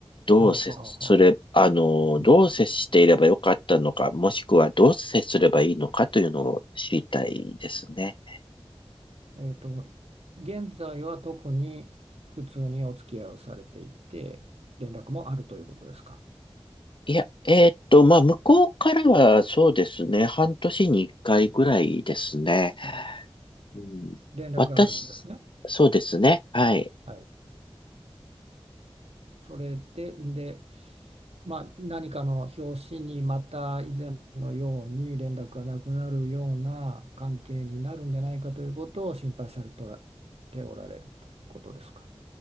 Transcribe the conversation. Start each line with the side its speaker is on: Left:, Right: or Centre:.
Left: どう接すれ、
Right: ああ、はあ、は
Left: あの、
Right: あ。な、
Left: どう接していればよかったのか、もしくはどう接すればいいのかというのを知りたいですね。
Right: えっと、現在は特に普通にお付き合いをされていて、連絡もあるということですか。
Left: いや、えーっと、まあ、向こうからはそうですね、半年に一回ぐらいですね。うん、
Right: 連絡があるんですね。
Left: 私、そうですね、はい。
Right: はい。それで、で、まあ、何かの表紙にまた以前のように連絡がなくなるような関係になるんじゃないかということを心配されておらておられるということですか。